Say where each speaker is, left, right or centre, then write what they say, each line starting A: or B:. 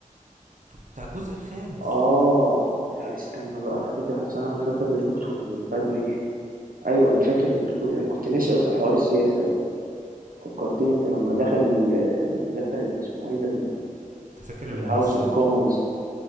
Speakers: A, on the right; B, on the right.
A: ف- بتاع الجزء الخامس
B: اه لا استنى بقى افتكر اصل انا المسلسل ده شفته من بدري ايوه انا فاكر الجزء- انا كنت ناسي اصلا حوار السياسه ده فكرتني انت لما دخل ال- لما دخل ال- اسمه ايه ده
A: انت فاكر الممثل
B: الهاوس اوف كومونز